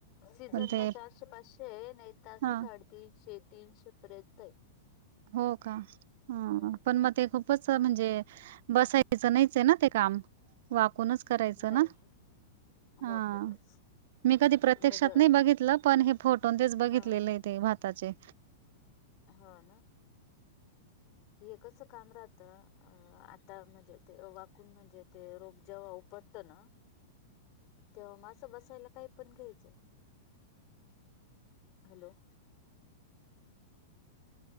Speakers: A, on the left; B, on the right.
A: सीझनला
B: पण ते
A: चारशे पाचशे नाही तर
B: हा
A: साडी. तीनशे तीनशे पर्यंत आहे.
B: हो का. ह
A: हम्म
B: पण मग ते खूपच म्हणजे बसायचं नाहीच आहे ना ते काम. वाकूनच करायचं
A: नाही
B: ना. हा
A: वाकूनच
B: मी प्रत्यक्षात
A: म्हणजे
B: बघितलं पण हे फोटो तेच बघितलेले
A: हा
B: आहेत. ते भाताचे.
A: हा ना. हे कसं काम राहतं आता म्हणजे ते वाकून म्हणजे ते रोग जेव्हा उपटतं ना.
B: <inaudible>
A: ते माझं बसायला काय पण घ्यायचं हॅलो.